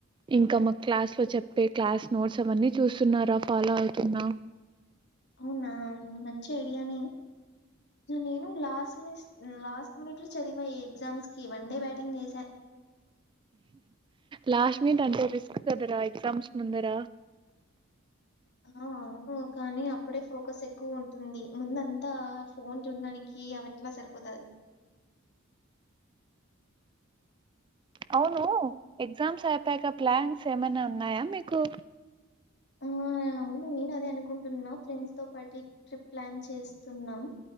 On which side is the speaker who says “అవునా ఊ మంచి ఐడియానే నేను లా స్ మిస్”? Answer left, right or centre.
Left